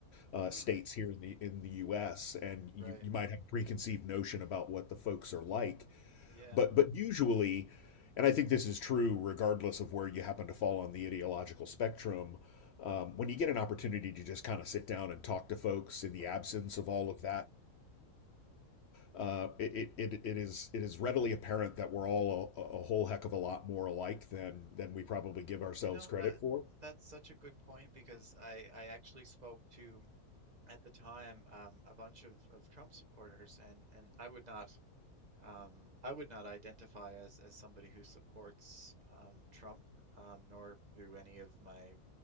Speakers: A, on the left; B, on the right.
A: uh,
B: hmm
A: states here in the in the U.S. and you
B: Right.
A: you might have a preconceived notion about what the folks are like,
B: Yeah.
A: but but usually, and I think this is true regardless of where you happen to fall on the ideological spectrum. Um,
B: hmm
A: when you get an opportunity to just kind of sit down and talk to folks in the absence
B: hmm
A: of all of that uh, it, it, it is it is readily apparent that we're all a, a whole heck of a lot more alike than than we probably give ourselves
B: You know
A: credit
B: that
A: for.
B: that's such a good point because I I actually spoke to at the time um, a bunch of of Trump supporters and and I would not um I would not identify as as somebody who supports um Trump um nor do any of my